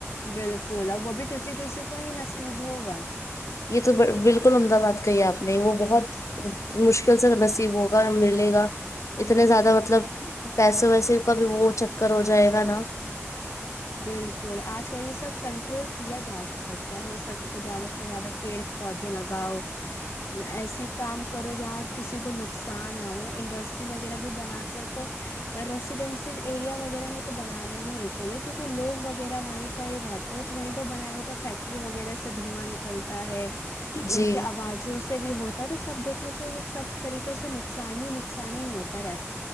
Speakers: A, on the left; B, on the left.
A: بالکل اب وہ بھی کسی کسی کو ہی نصیب ہوگا <unintelligible>
B: یہ تو بالکل امدہ باد کہی آپ نے وہ بہت مشکل سے نصیب ہوگا ملے گا اتنے زیادہ مطلب پیسے ویسے کا بھی وہ چکر ہو جائے گا نا <unintelligible>
A: بالکل آج کل یہ سب کنٹرول کیا جا سک <unintelligible> سکتا ہے ہو سکے تو زیادہ سے زیادہ پیڑ پودے لگاؤ ایسی کام کرو جہاں کسی کو نقصان نہ ہو انڈسٹری وغیرہ بھی بناتے ہیں تو ریسیڈینسل ایریا وغیرہ میں تو بنانا ہی نہیں چاہیے <unintelligible> کیونکہ لوگ وغیرہ وہیں پہ ہی رہتے ہیں تو وہیں پہ بنائیں گے تو فیکٹری وغیرہ سے دھواں نکلتا ہے <unintelligible>
B: جی
A: ان کے آوازوں سے بھی ہوتا <unintelligible> تو سب دیکھا س یہ سب طریقے سے نقصانی ہی نقصانی ہی ہوتا رہتا <unintelligible>